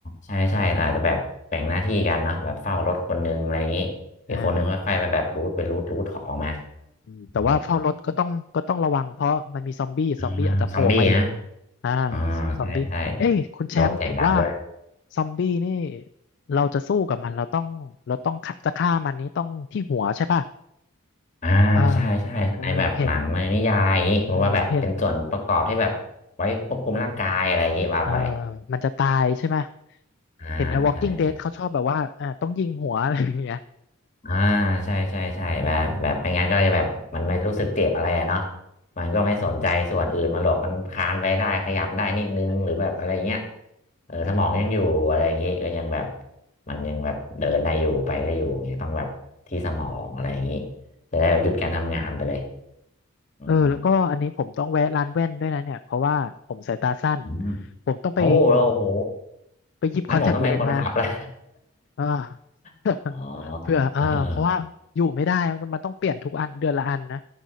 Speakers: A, on the left (about 35°); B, on the left (about 55°).
A: ใช่ใช่อาจจะแบบแบ่งหน้าที่กันเนาะแบบเฝ้ารถคนนึงอะไรอย่างนี้อีกคนนึงค่อยๆไปแบบรูทไปรูทรูทของมา
B: อ่าอืมแต่ว่าเฝ้ารถก็ต้องก็ต้องระวังเพราะมันมีซอมบี้ซอมบี้อาจจะโผล่มาอีก
A: เอออ่าซัมบี้นะ
B: อ่า
A: อ่าใช่ใช่
B: ซอมบี้เอ้ยคุณแชมป์เห็นว่า
A: รถเสียงดังด้วย
B: ซอมบี้นี่เราจะสู้กับมันเราต้องเราต้องฆ่าจะฆ่ามันนี้ต้องที่หัวใช่ป่ะ
A: อ่าใช่ใช่ในแบบหนังในนิยายอย่างนี้ผมว่าแบบเป็นส่วนประกอบที่แบบไว้ควบคุมร่างกายอะไรอย่างนี้ว่าไป
B: อ่าเออเห็นเออเห็นเออมันจะตายใช่ไหม
A: อ่าใช่ใช่
B: เห็นใน Walking Dead เขาชอบแบบว่าอ่าต้องยิงหัว <laughs> อะไรอย่างเงี้ย
A: อ่าใช่ใช่ใช่แบบแบบไม่งั้นก็จะแบบมันไม่รู้สึกเจ็บอะไรอะเนาะมันก็ไม่สนใจส่วนอื่นมันหรอกมันคลานไปได้ขยับได้นิดนึงหรือแบบอะไรเงี้ย
B: อืมเออ
A: เออสมองยังอยู่อะไรอย่างงี้ก็ยังแบบ
B: เอ
A: มันยังแบบเดินได้อยู่ไปได้อยู่เงี้ยต้องแบบที่สมองอะไรอย่างงี้จะได้หยุดการทำงานไปเลยอืม
B: อเออแล้วก็อันนี้ผมต้องแวะร้านแว่นด้วยนะเนี่ยเพราะว่าผมสายตาสั้น
A: อืม
B: ผมต้องไป
A: โอ้แล้วโอ้โห
B: ไปหยิบคอนแทคเลนส์มา
A: งั้นผมต้องเป็นคนขับแล้ว
B: อ่า <laughs>
A: <laughs> อ๋อ
B: เพื่อเออเพราะว่าอยู่ไม่ได้มันมันต้องเปลี่ยนทุกอันเดือนละอันนะ
A: เออ